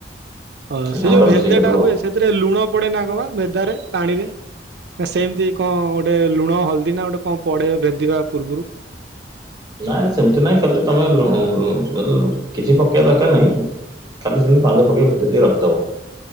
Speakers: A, on the right; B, on the right.
A: ଅଁ ସେ
B: ସାଙ୍ଗଟା
A: ଯୋଉ ଭେଦା
B: ରୋଷେଇ କରିବ
A: ଟା ହୁଏ
B: ଆଉ।
A: ସେଥିରେ ଲୁଣ ପଡେ ନା କଣ ବା ଭେଦା ରେ ପାଣିରେ। ନା ସେମିତି କଣ ଗୋଟେ ଲୁଣ ହଳଦୀ ନା ଗୋଟେ କଣ ପଡେ ବା ଭେଦିବା ପୂର୍ବରୁ।
B: ନାଇଁ ସେମିତି ନାଇଁ ଖାଲି ତମେ ଲୁ-ଲୁ-ଲୁ କିଛି ପକେଇବା ଦରକାର ନାହିଁ। ଖାଲି ସେମତି ପାଣିରେ
A: ହୁଁ
B: ପକେଇ ଭେଦେଇ ଦେଇକି ରଖିଦବ।